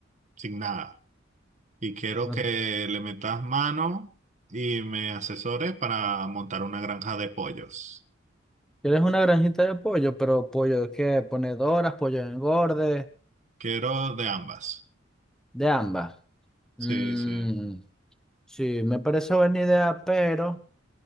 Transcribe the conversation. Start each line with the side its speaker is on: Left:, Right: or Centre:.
Right: sin nada. Y quiero
Centre: No,
Right: que le metas mano y me asesores para montar una granja de pollos.
Centre: ¿Quieres una granjita de pollo? Pero pollo que ponedoras, pollo engorde.
Right: Quiero de ambas.
Centre: de ambas.
Right: Sí,
Centre: Mm,
Right: sí.
Centre: Sí, me parece buena idea, pero